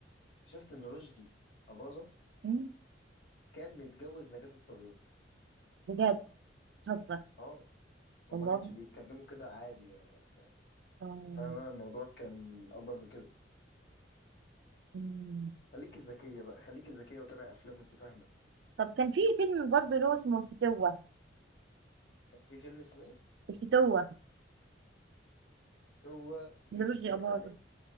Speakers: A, on the left (about 60°); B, on the right (about 65°).
A: اكتشفت ان رشدي أباظة
B: مم؟
A: كان متجوز نجاة الصغيرة
B: بجد بتهزر
A: اه وما
B: والله
A: كانش بيتكلموا كده عادي يعني.
B: آه،
A: فاهمة الموضوع كان أكبر من كده
B: مم.
A: خليكي ذكية بقى خليكي ذكية وتابعي أفلام وأنت فاهمة
B: طب كان في فيلم برضه له اسمه الفتوه
A: كان في فيلم اسمه إيه؟
B: الفتوه
A: هو
B: لرشدي
A: أنت اتفرجت
B: أباظة
A: عليه